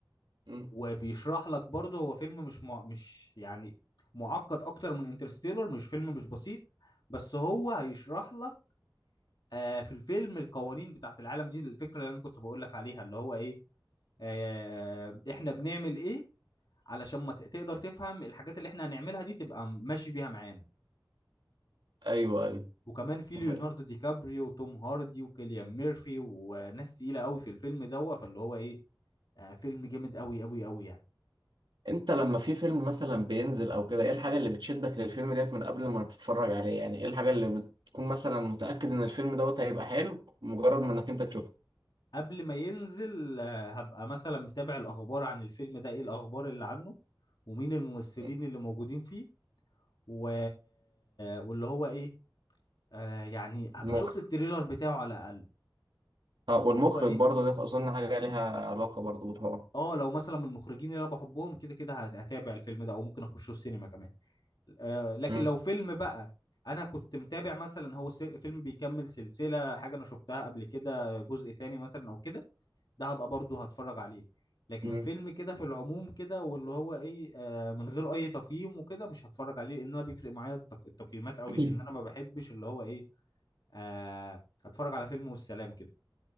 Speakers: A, on the right; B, on the left.
A: مم.
B: وبيشرح لك برضه هو فيلم مش مع... مش يعني معقد اكتر من انترستيلر مش فيلم مش بسيط بس هو هيشرح لك آه في الفيلم القوانين بتاعت العالم دي الفكرة اللي انا كنت بقول لك عليها اللي هو ايه آه احنا بنعمل ايه علشان ما ت- تقدر تفهم الحاجات اللي احنا هنعملها دي تبقى ماشي بيها معانا
A: ايوه ايوه
B: وكمان في ليوناردو
A: هاي.
B: دي كابريو وتوم هاردي وكيليان ميرفي وناس تقيلة قوي في الفيلم دوت فاللي هو ايه آه فيلم جامد قوي قوي قوي يعني
A: انت لما في فيلم مثلا بينزل او كده ايه الحاجه اللي بتشدك للفيلم ديت من قبل ما تتفرج عليه يعني ايه الحاجه اللي بتكون مثلا متاكد ان الفيلم دوت هيبقى حلو مجرد ما انك انت تشوفه
B: قبل ما ينزل آه، هبقى مثلا متابع الأخبار عن الفيلم ده إيه الأخبار اللي عنه ومين الممثلين
A: مم.
B: اللي موجودين فيه و... واللي هو إيه آه يعني هبقى
A: المخرج
B: شفت التريلر بتاعه على الأقل اللي
A: اه والمخرج
B: هو إيه
A: برضه ده اظن حاجه ليها علاقه برضه بالحوار
B: اه لو مثلا من المخرجين اللي انا بحبهم كده كده هت- هتابع الفيلم ده او ممكن اخشه السينما كمان آه لكن
A: مم.
B: لو فيلم بقى انا كنت متابع مثلا هو سل- فيلم بيكمل سلسلة حاجة انا شفتها قبل كده جزء تاني مثلا او كده ده هبقى برضه هتفرج عليه لكن
A: مم.
B: فيلم كده في العموم كده واللي هو ايه آه من غير اي تقييم وكده مش هتفرج عليه لان انا بيفرق معايا التق- التقييمات قوي
A: <clears throat>
B: لان انا ما بحبش اللي هو ايه آه هتفرج على فيلم والسلام كده